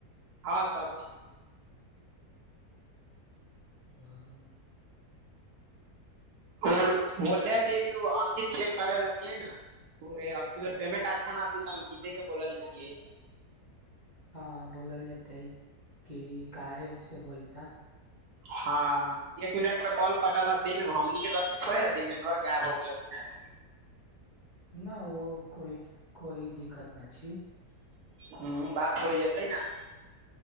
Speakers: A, on the right (about 75°); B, on the left (about 30°).
A: हँ सब ठीक छै
B: हाँ
A: आओर बोलं त अंकित चेक करल रहती है न पेमेंट अच्छा नहितै तऽ अंकिते के बोलल जात है
B: हँ बोलल जेतै ह की काहे एसे होइता
A: हँ एक मिनटपर कॉल कटल हथिन हमनीके गलती थोड़े हथिन नेटवर्क गायब हो गेल हथिन ऐपके
B: न ओ कोइ कोई दिक्कत न छै
A: हुँ बात होइ जेतै ने